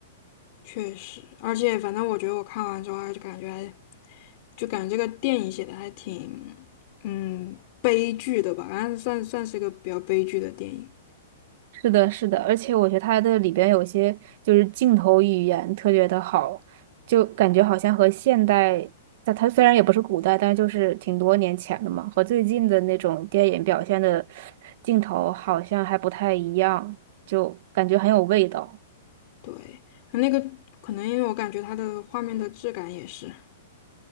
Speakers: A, on the left; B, on the right.
A: 确实，而且反正我觉得我看完之后还就感觉还，就感觉这个电影写的还挺，嗯，悲剧的吧，反正算算是一个比较悲剧的电影。
B: 是的，是的，而且我觉得它的里边有些就是镜头语言特别的好，就感觉好像和现代，在它虽然也不是古代，但就是挺多年前的嘛，和最近的那种电影表现的镜头好像还不太一样，就感觉很有味道。
A: 对，那个可能因为我感觉它的画面的质感也是。